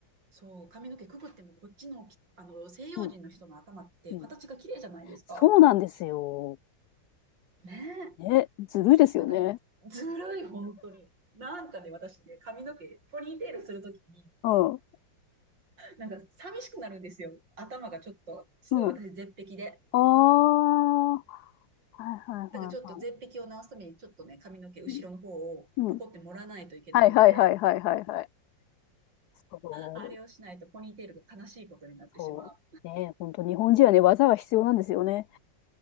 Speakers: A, on the right; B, on the left.
A: そう。髪の毛くくってもこっちのき、あの、西洋人の人の頭って形が綺麗じゃないですか。
B: うん、うんそうなんですよ。
A: ねえ。
B: ね、ずるいですよね。
A: なんか、ずるい、本当に。なんかね、私ね、髪の毛、ポニーテールするときに、
B: うん、うん、
A: なんか寂しくなるんですよ。頭がちょっと、すごい私絶壁で。
B: うん。ああ、はいはいはいはい。
A: だからちょっと絶壁を直すために、ちょっとね、髪の毛後ろの方をポコって盛らないといけなくって、
B: うん、うんはいはいはいはいはいはい。そう、
A: あれをしないとポニーテールが悲しいことになってしまう。
B: そう。ね、本当日本人はね、技が必要なんですよね。